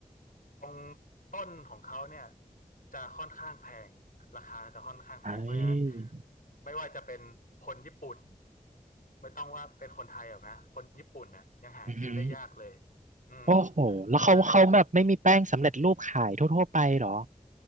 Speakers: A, on the left; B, on the right.
A: ตรงต้นของเขาเนี่ยจะค่อนข้างแพงราคาจะค่อนข้างแพงเพราะฉะนั้น
B: ไอ้
A: ไม่ว่าจะเป็นคนญี่ปุ่นไม่ต้องว่าเป็นคนไทยหรอกนะคนญี่ปุ่นเนี่ยยังหากินได้ยากเลย
B: อือหือ
A: อืม
B: โอ้โหแล้วเขาเขาแบบไม่มีแป้งสำเร็จรูปขายทั่วๆไปเหรอ
A: แต่ว่า